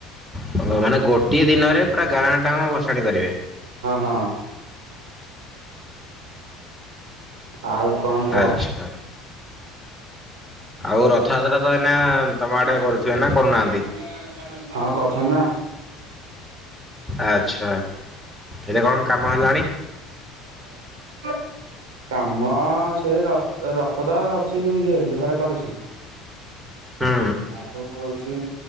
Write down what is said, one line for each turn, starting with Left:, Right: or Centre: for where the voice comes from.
Centre: ଓ ମାନେ ଗୋଟିଏ ଦିନରେ ପୁରା ଗାଁ ଟାଙ୍କ ଭସାଣି କରିବେ
Right: ହଁ ଆଉ କଣ କୁହ।
Centre: ଆଚ୍ଛା। ଆଉ ରଥଯାତ୍ରା
Right: ହଁ
Centre: ତ ଏଇନା ତମ ଆଡେ କରୁଥିବେ ନା କରୁନାହାନ୍ତି
Right: କରୁଛନ୍ତି ନା।
Centre: ଆଚ୍ଛା। ଏଇଟା କଣ କାମ ହେଲାଣି
Right: <inaudible> <unintelligible> କାମ ସେଇ ର ରଥ ତ ଅଛି ଯୋଉ ଇଏ ଲୁହା ରେ କରିଛନ୍ତି।
Centre: ହୁଁ।
Right: ଆଗକୁ ଭୋଉତ ଚିଁ